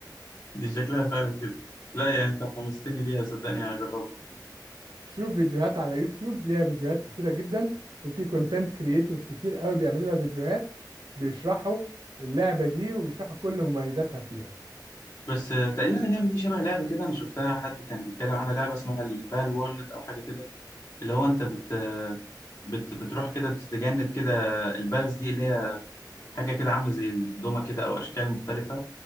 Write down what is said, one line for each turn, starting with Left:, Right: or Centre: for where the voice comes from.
Left: دي شكلها فعلا كده لا يعني أنت حمستني ليها صدقني هجربها
Right: شوف فيديوهات على يوتيوب ليها فيديوهات كتيرة جدا وفي كونتنت كريتورز كتير قوي بيعملوا لها فيديوهات بيشرحوا اللعبة دي وبيشرحوا كل مميزاتها فيها
Left: بس آه، تقريبا اللعبة دي شبه لعبة كده أنا شفتها حد كان بيتكلم عنها لعبة اسمها البال وورلد أو حاجة كده اللي هو أنت بت بت بتروح كده تتجند كده البالز دي اللي هي حاجة كده عاملة زي الدومة كده أو أشكال مختلفة